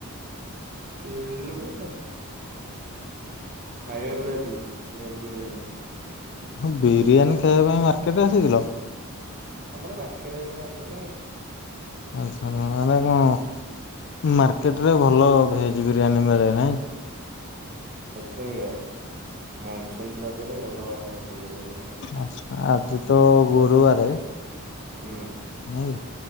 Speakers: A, on the right (about 40°); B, on the left (about 50°).
A: କି ଲୁଗୁ କ ଖାଇବାକୁ ଯାଇଥିଲୁ ଭେଜ ବିରିୟାନୀ।
B: ହଁ ବିରିୟାନୀ ଖାଇବା ପାଇଁ ମାର୍କେଟ ଆସିଥିଲ?
A: ଆମର ପାଖରେ ଏଇଠି ମାର୍କେଟେ।
B: ଆଛା ମାନେ କଣ ମାର୍କେଟରେ ଭଲ ଭେଜ ବିରିୟାନୀ ମିଳେ ନାହିଁ?
A: ଏଠି ମିଳେ ମନସୁନ ପ୍ଲାଜା ରେ ଭଲ ଭେଜ ବିରିୟାନୀ ମିଳେ।
B: ଆଛା ଆଜି ତ ଗୁରୁବାରେ।
A: ହୁଁ
B: ନାଇଁ